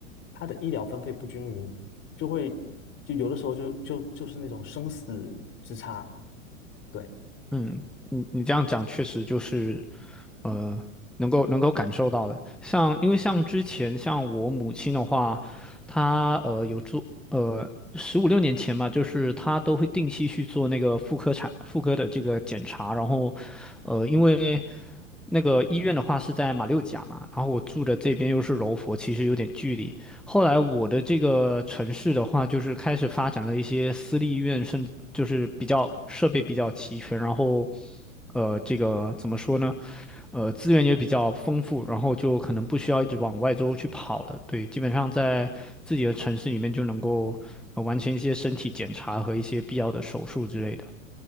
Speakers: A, on the left (about 30°); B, in the centre.
A: 它的医疗分配不均匀，就会就有的时候就就就是那种生死之差。对，
B: 嗯，你你这样讲确实就是，呃，能够能够感受到的。像因为像之前像我母亲的话，她呃有做呃十五六年前嘛，就是她都会定期去做那个妇科产妇科的这个检查，然后呃因为那个医院的话是在马六甲嘛，然后我住的这边又是柔佛，其实有点距离，后来我的这个城市的话，就是开始发展了一些私立医院，甚至就是比较设备比较齐全，然后，呃，这个怎么说呢？呃，资源也比较丰富，然后就可能不需要一直往外州去跑了。对，基本上在自己的城市里面就能够，呃，完成一些身体检查和一些必要的手术之类的。